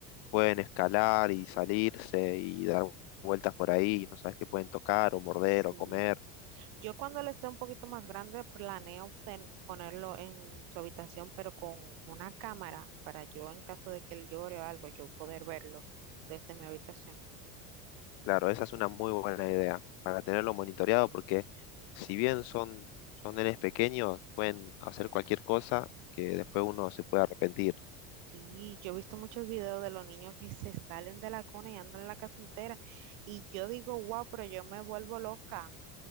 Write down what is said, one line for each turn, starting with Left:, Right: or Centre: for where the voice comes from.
Left: Pueden escalar y salirse y dar vueltas por ahí, y no sabes qué pueden tocar o morder
Right: Sí.
Left: o comer.
Right: Yo cuando él esté un poquito más grande planeo ten- ponerlo en su habitación, pero con una cámara para yo en caso de que él llore o algo, yo poder verlo desde mi habitación.
Left: Claro, esa es una muy buena idea, para tenerlo monitoreado, porque si bien son, son nenes pequeños, pueden hacer cualquier cosa que después uno se puede arrepentir.
Right: Sí, yo he visto muchos videos de los niños que se salen de la cuna y andan en la casa entera. Y yo digo, wow, pero yo me vuelvo loca.